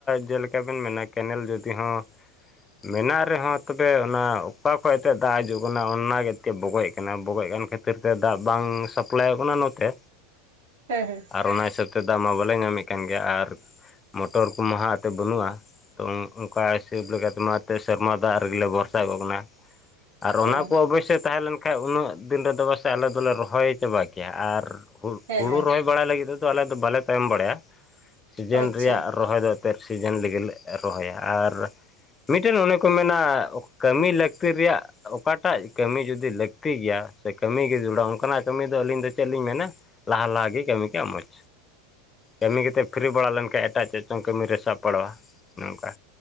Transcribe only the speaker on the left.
ᱡᱮᱞᱮᱠᱟ ᱵᱮᱱ ᱢᱮᱱᱟ ᱠᱮᱱᱮᱞ ᱡᱩᱫᱤ ᱦᱚᱸ ᱢᱮᱱᱟᱜ ᱨᱮ ᱦᱚᱸ ᱛᱚᱵᱮ ᱚᱱᱟ ᱚᱠᱟ ᱠᱷᱚᱡ ᱮᱛᱮᱫ ᱫᱟᱜ ᱦᱤᱡᱩᱜ ᱠᱟᱱᱟ ᱚᱱᱟᱜ ᱮᱛᱮᱫ ᱵᱚᱜᱚᱡ ᱠᱟᱱᱟ ᱵᱚᱜᱚᱡ ᱠᱟᱱ ᱠᱷᱟᱛ ᱠᱷᱟᱹᱨ ᱛᱮ ᱫᱟᱜ ᱵᱟᱝ ᱥᱟᱯᱞᱟᱭᱚᱜ ᱠᱟᱱᱟ ᱱᱚᱛᱮ
ᱟᱨ ᱚᱱᱟ ᱦᱤᱥᱟᱹᱵᱽ ᱛᱮ ᱫᱟᱜ ᱢᱟ ᱵᱟᱞᱮ ᱧᱟᱢᱮᱫ ᱠᱟᱱ ᱜᱮᱭᱟ ᱟᱨ ᱢᱚᱴᱚᱨ ᱠᱚᱢᱟ ᱦᱟᱸ ᱮᱛᱮᱫ ᱵᱟᱹᱱᱩᱜᱼᱟ ᱛᱚ ᱚᱱᱠᱟ ᱦᱤᱥᱟᱹᱵᱽ ᱞᱮᱠᱟ ᱛᱮᱢᱟ ᱛᱮ ᱥᱮᱨᱢᱟ ᱫᱟᱜ ᱨᱮᱜᱮ ᱞᱮ ᱵᱷᱚᱨᱥᱟ ᱠᱚᱜ ᱠᱟᱱᱟ ᱟᱨ ᱚᱱᱟ
ᱠᱚ ᱚᱵᱚᱥᱥᱳᱭ ᱛᱟᱦᱮᱸ ᱞᱮᱱ ᱠᱟᱱᱡ ᱩᱱᱟᱹᱜ ᱫᱤᱱ ᱨᱮᱫᱚ ᱵᱟᱥᱮ ᱟᱞᱮ ᱫᱚᱞᱮ ᱨᱚᱦᱚᱭ ᱪᱟᱵᱟ ᱠᱮᱭᱟ ᱟᱨ ᱦᱩᱲ
ᱦᱩᱲᱩ
ᱨᱚᱦᱚᱭ ᱵᱟᱲᱟᱭ ᱞᱟᱹᱜᱤᱫ ᱛᱮᱫᱚ ᱟᱞᱮ ᱫᱚ ᱵᱟᱞᱮ ᱛᱟᱭᱚᱢ ᱵᱟᱲᱟᱭᱟ ᱥᱤᱡᱮᱱ
ᱨᱮᱭᱟᱜ ᱨᱚᱦᱚᱭ ᱫᱚ ᱮᱱᱛᱮᱫ ᱥᱤᱡᱮᱱ ᱨᱮᱜᱮ ᱞᱮ ᱨᱚᱦᱚᱭᱟ ᱟᱨ ᱢᱤᱫᱴᱮᱱ ᱚᱱᱮ ᱠᱚ ᱢᱮᱱᱟ ᱠᱟᱹᱢᱤ ᱞᱟᱹᱠᱛᱤ ᱨᱮᱭᱟᱜ ᱚᱠᱟᱴᱟᱜ ᱠᱟᱹᱢᱤ ᱡᱩᱫᱤ ᱞᱟᱹᱠᱛᱤ ᱜᱮᱭᱟ ᱥᱮ ᱠᱟᱹᱢᱤ ᱜᱤ ᱡᱟᱨᱩᱲᱟ ᱚᱱᱠᱟᱱᱟᱜ ᱠᱟᱹᱢᱤ ᱫᱚ ᱟᱹᱞᱤᱧ ᱫᱚ ᱪᱮᱫ ᱞᱤᱧ ᱢᱮᱱᱟ ᱞᱟᱦᱟ ᱞᱟᱦᱟᱜᱤ ᱠᱟᱹᱢᱤ ᱠᱟᱜ ᱢᱚᱡᱽ ᱠᱟᱹᱢᱤ ᱠᱟᱛᱮᱫ ᱯᱷᱨᱤ ᱵᱟᱲᱟ ᱞᱮᱱ ᱠᱷᱟᱡ ᱮᱴᱟᱜ ᱪᱮᱫ ᱪᱚᱝ ᱠᱟᱹᱢᱤ ᱨᱮ ᱥᱟᱯᱲᱟᱣᱟ ᱚᱱᱮ ᱚᱝᱠᱟ